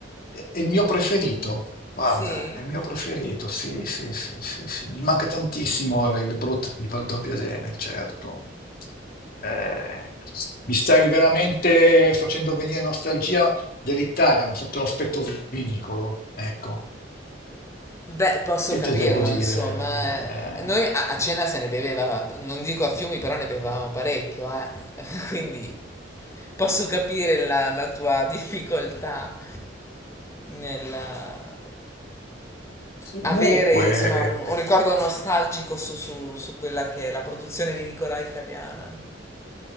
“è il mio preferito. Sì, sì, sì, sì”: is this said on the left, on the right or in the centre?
Left